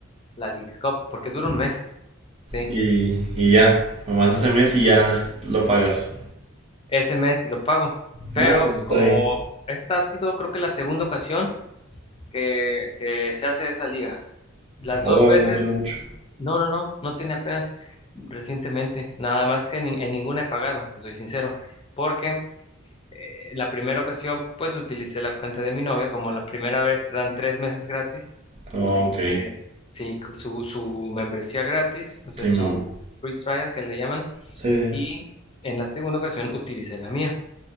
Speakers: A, on the left; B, on the right.
A: la Leagues Cup, porque dura un mes, ¿sí?
B: Y, y ya, nomás ese mes y ya lo pagas.
A: Ese mes y lo pago. Pero
B: Ah, pues está
A: como
B: bien.
A: esta ha sido, creo que la segunda ocasión que, que se hace esa liga. Las
B: Oh,
A: dos veces,
B: no tiene mucho.
A: no, no, no, no tiene apenas recientemente. Nada más que en, en ninguna he pagado, te soy sincero, porque eh, la primera ocasión, pues utilicé la cuenta de mi novia, como la primera vez te dan tres meses gratis,
B: Ok,
A: utilicé, sí, su, su membresía gratis, o sea,
B: Simón.
A: su free trial que le llaman,
B: Sí, sí.
A: y en la segunda ocasión utilicé la mía.